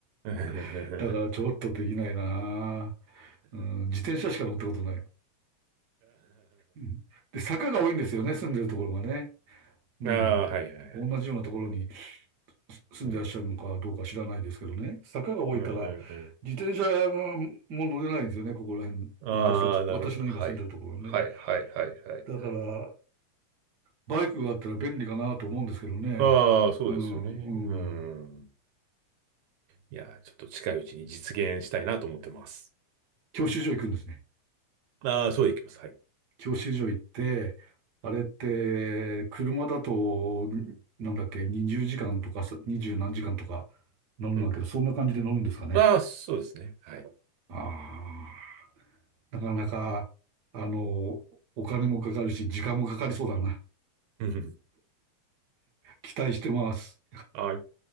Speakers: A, on the right (about 85°); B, on the right (about 35°).
A: <laughs>
B: <laughs> だからちょっとできないな。うん、自転車しか乗ったことない。うんで、坂が多いんですよね、住んでるところがね。うん。
A: ああ、はいはいはい。
B: 同じようなところに
A: うん。
B: 住んでらっしゃるのかどうか知らないですけどね、
A: うん。
B: 坂が多いから、
A: うん。
B: 自転車がもう乗れないんですよね、ここら辺。
A: うん。
B: 私たち、
A: ああー、なるほど。
B: 私の今住んでるところはね。
A: はい。はいはいはいはいはい。
B: だから、バイクがあったら便利かなと思うんですけどね。
A: ああ、そうですよね。
B: うん、
A: うん。
B: うん。
A: いやー、ちょっと近いうちに実現したいなと思ってます。
B: 教習所行くんですね。
A: ああ、そうでいきます。はい。
B: 教習所行って、あれって、車だと、なんだっけ、20時間とか、20何時間とか乗るんだけど、
A: うん。
B: そんな感じで乗るんですかね。
A: ああ、そうですね。はい。
B: ああ。なかなか、あの、お金もかかるし、時間もかかりそうだな。
A: うんうん
B: 期待してます。
A: ああ、<laughs>